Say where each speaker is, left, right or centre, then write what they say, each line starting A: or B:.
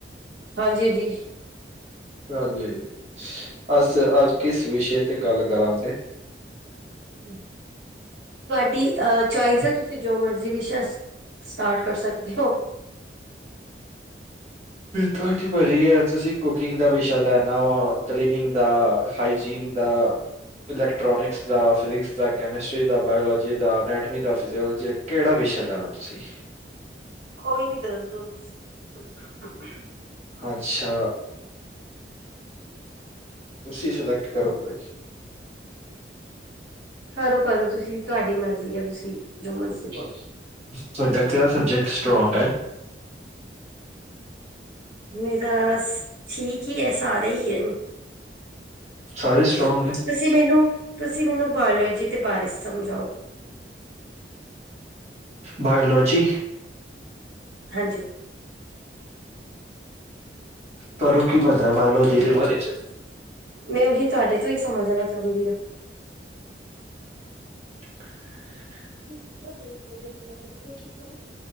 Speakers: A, on the right (about 85°); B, on the right (about 40°).
A: ਹਾਂਜੀ ਦੀ।
B: ਹਾਂਜੀ ਅਸ ਅੱਜ ਕਿਸ ਵੀਸ਼ੇ ਤੇ ਗੱਲ ਕਰਾਂਗੇ?
A: <unintelligible> ਤੁਆਡੀ ਆ ਚੋਇਸ ਆ ਤੁਸੀਂ ਜੋ ਮਰਜ਼ੀ ਵਿਸ਼ਾ ਸਟਾਰਟ ਕਰ ਸਕਦੇ ਓ।
B: ਤੁਹਾਡੀ ਵਾਰੀ ਆ ਤੁਸੀਂ ਕੁਕਿੰਗ ਦਾ ਵਿਸ਼ਾ ਲੈਣਾ ਵਾ ਕਲੀਨਿੰਗ ਦਾ ਹਾਈਜੀਨ ਦਾ ਇਲੈਕਟ੍ਰੋਨਿਕਸ ਦਾ ਫਿਜਿਕਸ ਦਾ ਕੈਮਿਸਟਰੀ ਦਾ ਬਾਇਓਲੋਜੀ ਦਾ ਅਨੈਟਮੀ ਦਾ ਫਿਜ਼ਓਲੋਜੀ ਦਾ ਕੇਹੜਾ ਵਿਸ਼ੇ ਲੇਣਾ? ਤੁਸੀਂ
A: ਕੋਈ ਵੀ ਦੱਸਦੋ ਤੁਸ <unintelligible>
B: ਅੱਛਾ, ਤੁਸੀਂ ਸਲੈਕਟ ਕਰੋ ਕੁਝ।
A: ਕਰੋ-ਕਰੋ ਤੁਸੀਂ ਤੁਹਾਡੀ ਮਰਜ਼ੀ ਆ ਤੁਸੀਂ, ਜੋ ਮਰਜ਼ੀ ਕਰੋ।
B: ਤੁਆਡਾ ਤੇ ਸਬਜੈਕਟ ਸਟਰੋਂਗ ਐ?
A: ਮੇਰਾ ਸ ਠੀਕ ਈ ਐ ਸਾਰੇ ਈ ਅਨ।
B: ਸਾਰੇ ਸਟਰੋਂਗ ਨੇ?
A: ਤੁਸੀਂ ਮੈਨੂੰ ਤੁਸੀਂ ਮੈਨੂੰ ਬਾਇਓਲੋਜੀ ਦੇ ਬਾਰੇ ਸਮਝਾਓ।
B: ਬਾਏਓਲੋਜੀ?
A: ਹਾਂਜੀ।
B: ਤੁਆਨੂੰ ਕੀ ਪਤਾ ਏ ਬਾਏਓਲੋਜੀ ਦੇ ਬਾਰੇ ਚ?
A: ਮੈਂ ਓਹੀ ਤਾਡੇ ਤੋਂ ਈ ਸਮਝਣਾ ਚੋਂਦੀ ਆ।
B: <unintelligible>
A: <unintelligible>